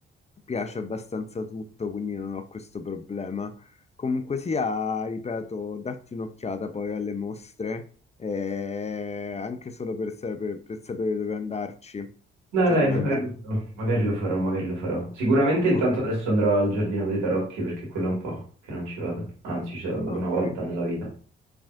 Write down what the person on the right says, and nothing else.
Dai,
dai,
magari
lo farò, magari lo farò, magari lo farò. Sicuramente intanto
adesso andrò al Giardino dei Tarocchi perché quello è un po' che non ci vado. Anzi, ci sono andato
una volta nella vita.